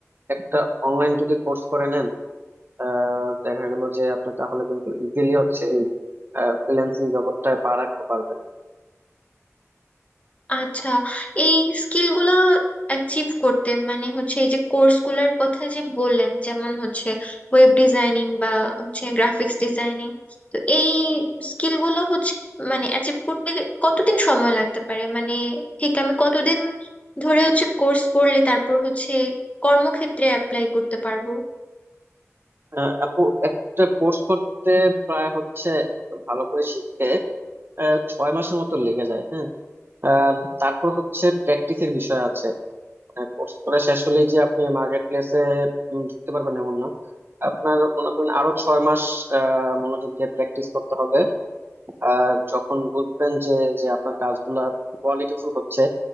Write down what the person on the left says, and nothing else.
আচ্ছা এই স্কিল গুলা অ্যাচিভ করতে মানে হচ্ছে এই যে কোর্স গুলার কথা যে বললেন যেমন হচ্ছে ওয়েব ডিজাইনিং বা হচ্ছে গ্রাফিক্স ডিজাইনিং তো এই স্কিল গুলো হচ্ছে মানে অ্যাচিভ করতে কতদিন সময় লাগতে পারে মানে ঠিক আমি কতদিন ধরে হচ্ছে কোর্স করলে তারপর হচ্ছে কর্মক্ষেত্রে অ্যাপ্লাই করতে পারবো